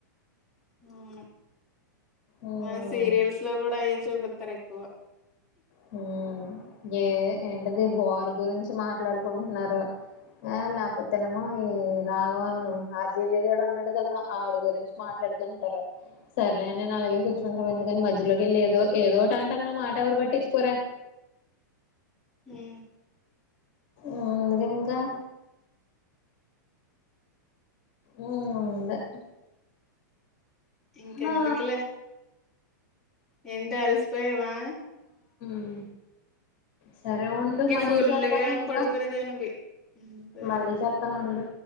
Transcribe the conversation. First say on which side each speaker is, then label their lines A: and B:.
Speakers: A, in the centre; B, on the left.
A: అవును
B: ఉమ్,
A: మన సీరియల్స్ లో కూడా అయే శూపతకువ
B: హ ఏ ఏంటది వారు గురించి మాట్లాడుకుంటున్నారు ఆ లేకపోతేనేమో ఈ రాఘవన్ ఆజీవి గడు ఉన్నాడు కదా ఆడి గురించి మాట్లాడుకుంటారు సరలే నేను అలాగే కూర్చుంటాము ఎందుకని మధ్యలోకి వెళ్ళ ఏదో ఏదోటి అంటున్న మాట ఎవరు పట్టిు పొర
A: హ
B: అందుకు ఇంకా ఉ అదా
A: ఇంకా
B: హా,
A: ఎంతకులే ఎంట అలస్పోయవా
B: ఉ సరే ఉండు మళ్ళీ
A: ఫుల్గా
B: చేత్తాను ఇంకా
A: పడుకునేదానివి ఉమ్, సరే
B: మళ్ళీ చేత్తాను ఉండు